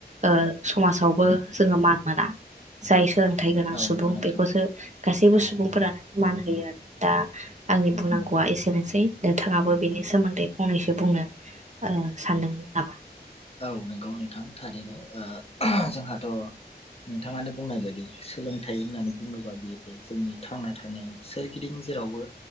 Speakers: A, on the right (about 45°); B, on the left (about 35°).
A: ओ समाजावबो जोङो मान मोना। जाय सोलोंथाइ गोनां सुबुं
B: नंगौ नोंथां
A: बेखौसो गासैबो
B: औ
A: सुबुंफोरानो मान होयो आरो। दा आंनि बुंनांगौआ
B: औ
A: एसेनोसै। नोंथाङाबो बेनि सोमोन्दै फंनैसो बुंनो ओ सानदों नामा।
B: औ नंगौ नोंथां थारैनो ओ जोंहाथ' नोंथाङानो बुंनाय बायदि सोलोंथाइ होननानै बुङोबा बेयो जोंनि थांना थानायाव सोरगिदिं जेरावबो